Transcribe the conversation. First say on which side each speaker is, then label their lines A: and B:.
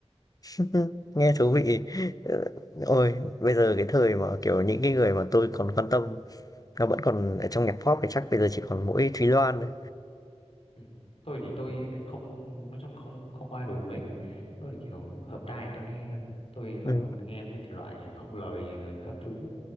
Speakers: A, on the left; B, on the left.
A: <laughs> Nghe thú vị. Ờ, Ôi, bây giờ cái thời mà kiểu những cái người mà tôi còn quan tâm, nó vẫn còn ở trong nhạc pop thì chắc bây giờ chỉ còn mỗi Thúy Loan thôi.
B: ừ. tôi thì tôi lại không nói chung là không không qua đồ mấy tôi là kiểu hợp tai tôi nghe thôi tôi còn
A: Ừ.
B: nghe mấy thể loại không lời rồi các thứ